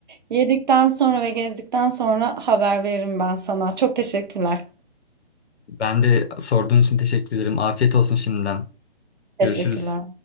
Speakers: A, on the right; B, on the left.
A: yedikten sonra ve gezdikten sonra haber veririm ben sana. Çok teşekkürler.
B: Ben de sorduğun için teşekkür ederim. Afiyet olsun şimdiden.
A: Teşekkürler.
B: Görüşürüz.